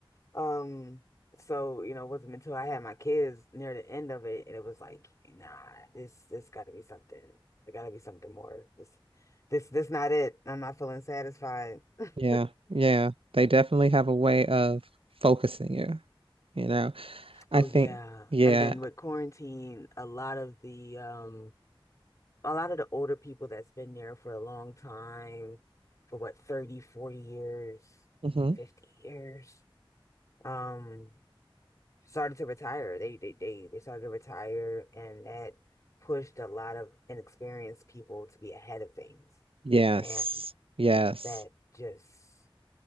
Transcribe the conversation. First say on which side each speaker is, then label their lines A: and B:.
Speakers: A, on the left; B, on the right.
A: Um, so, you know, it wasn't until I had my kids near the end of it, and it was like, nah, this, this gotta be something. There gotta be something more. This, this, this not it. I'm not feeling satisfied. <laughs>
B: Yeah. Yeah. They definitely have a way of focusing you. You know,
A: Oh
B: I think,
A: yeah.
B: yeah.
A: And then with quarantine, a lot of the um a lot of the older people that's been there for a long time, for what, 30, forty years,
B: hmm
A: 50 years, um, started to retire. They they they they started to retire and that pushed a lot of inexperienced people to be ahead of things.
B: Yes.
A: And
B: Yes.
A: that just